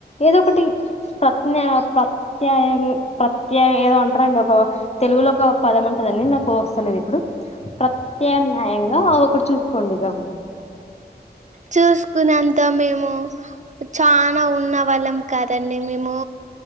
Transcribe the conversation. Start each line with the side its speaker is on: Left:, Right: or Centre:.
Left: ఏదో ఒకటి ప్రత్న ప్రత్యయగ్ ప్రత్య ఏదో అంటారని చె ఒక తెలుగులో ఒక పదం ఉంటదండి నాకు వస్తలేదు ఇప్పుడు ప్రత్యామ్నాయంగా ఒకరు చూసుకోండి ఇగా
Right: చూసుకున్నంత మేము చనా ఉన్న వాళ్ళం కాదండి మేము